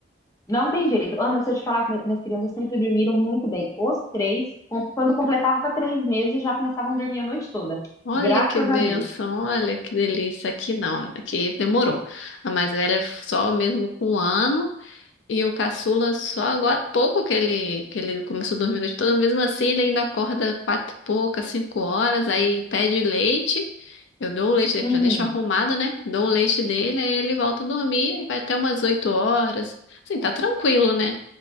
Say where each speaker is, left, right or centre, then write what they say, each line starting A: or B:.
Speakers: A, on the left; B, on the left.
A: Não tem jeito. Ana, se eu te falar que minhas crianças sempre dormiram muito bem. Os três, com- quando completava três meses, já começavam a dormir a noite toda.
B: Olha
A: Graças
B: que bênção,
A: a Deus.
B: olha que delícia. Aqui não, aqui demorou. A mais velha só mesmo com um ano. E o caçula só agora há pouco que ele, que ele começou a dormir a noite toda, mesmo assim ele ainda acorda quatro e pouca, cinco horas, aí pede leite. Eu dou o leite dele,
A: Uhum.
B: que eu já deixo arrumado, né? Dou o leite dele, aí ele volta a dormir, aí vai até umas oito horas. Assim, tá tranquilo, né?